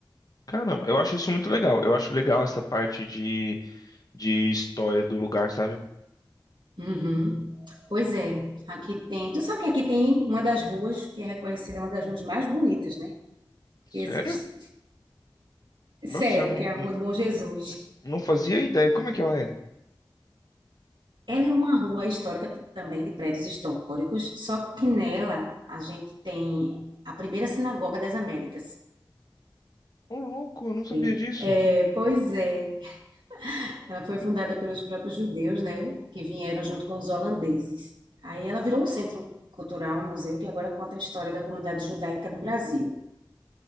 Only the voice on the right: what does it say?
Uhum. Pois é, aqui tem. Tu sabe que aqui tem uma das ruas que é reconhecida uma das ruas mais bonitas, né? Que
existe. Sério,
que é a
Rua do Bom Jesus.
Ela é uma rua histórica t- também de prédios históricos, só que nela a gente tem a primeira sinagoga das Américas.
E-
é, pois é. Ela foi fundada pelos próprios judeus, né, que vieram junto com os holandeses. Aí ela virou um centro cultural, um museu, que agora conta a história da comunidade judaica no Brasil.